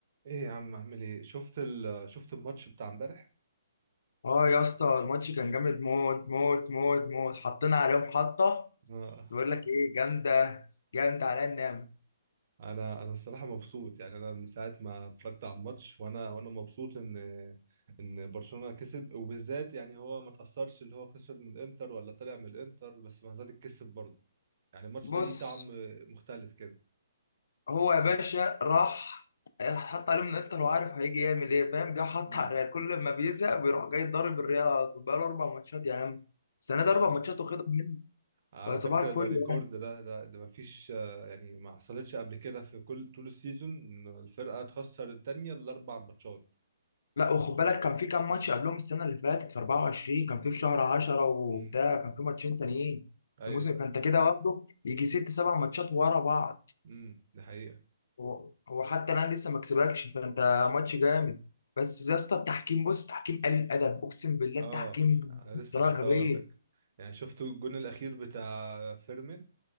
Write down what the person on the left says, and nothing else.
اه يا اسطى الماتش كان جامد موت موت موت موت حطينا عليهم حطه
بقول لك ايه جامده جامده على النعمه
بص
هو يا باشا راح حط عليهم من الانتر وعارف هيجي يعمل ايه فاهم جه حط
على الريال كل ما بيزهق بيروح جاي ضارب الريال على طول بقاله اربع ماتشات يا عم السنه دي
اربع ماتشات واخدهم منه
فصباح
الفل
يعني
لا وخد بالك كان في كام ماتش قبلهم السنه اللي فاتت في 24 كان في في شهر 10 وبتاع
كان في ماتشين تانيين
في الموسم
فانت كده واخده يجي ست سبع ماتشات ورا بعض
هو هو حتى انا لسه ما كسبكش فانت ماتش جامد بس يا اسطى التحكيم بص تحكيم قليل الادب اقسم بالله
التحكيم
بطريقه
غبيه